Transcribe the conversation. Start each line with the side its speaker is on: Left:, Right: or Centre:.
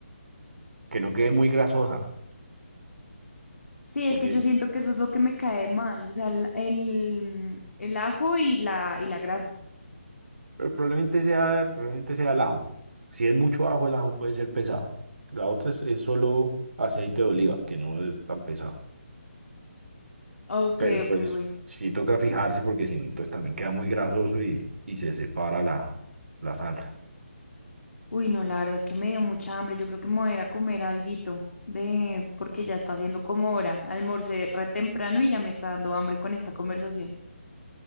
Right: que no quede muy grasosa,
Left: Sí, es
Right: porque
Left: que yo siento que eso es lo que me cae mal. O sea, el, el, el ajo y la, y la grasa.
Right: pero probablemente sea, probablemente sea el ajo. Si es mucho ajo, el ajo puede ser pesado. La otra es, es solo aceite de oliva, que no es tan pesado.
Left: Ok,
Right: Pero
Left: ok,
Right: pues
Left: güey.
Right: sí toca fijarse porque si no, pues también queda muy grasoso y, y se separa la, la salsa.
Left: Uy, no, la verdad es que me dio mucha hambre. Yo creo que me voy a ir a comer alguito de, porque ya está haciendo como hora. Almorcé re temprano y ya me está dando hambre con esta conversación.